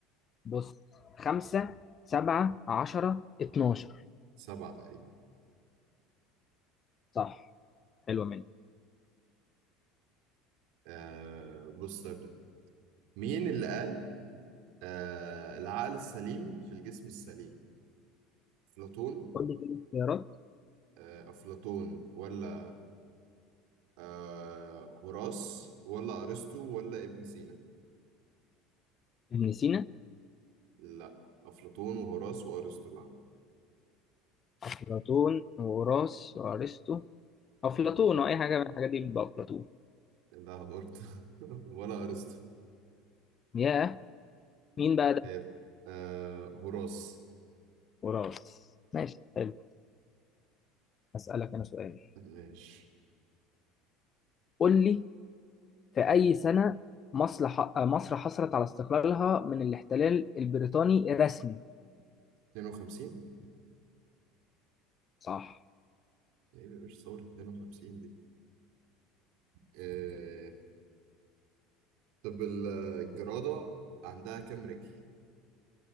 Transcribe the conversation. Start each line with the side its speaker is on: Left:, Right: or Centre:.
Left: بص خمسة سبعة عشرة اتناشر
Right: سبعة تقريبا
Left: صح حلوة منك
Right: آه بص ابدا مين اللي قال آه العقل السليم في الجسم السليم افلاطون
Left: قول لي كده اختيارات
Right: آه افلاطون ولا آه هراس ولا ارسطو ولا ابن سينا
Left: ابن سينا
Right: لا افلاطون وهراس وارسطو
Left: أفلاطون وهوراس وأرسطو أفلاطون
Right: لا
Left: أو أي حاجة من الحاجات دي بيبقى أفلاطون
Right: لا برضه <laughs> ولا ارسطو
Left: ياه مين بقى ده؟
Right: هيبقى آه هراس
Left: هوراس ماشي حلو هسألك أنا سؤال
Right: ماشي
Left: قول لي في أي سنة مصر ح... مصر حصلت على استقلالها من الاحتلال البريطاني رسمي
Right: 52
Left: صح
Right: ايه يا باشا صورة 52 دي آه طب ال- الجرادة عندها كام رجل؟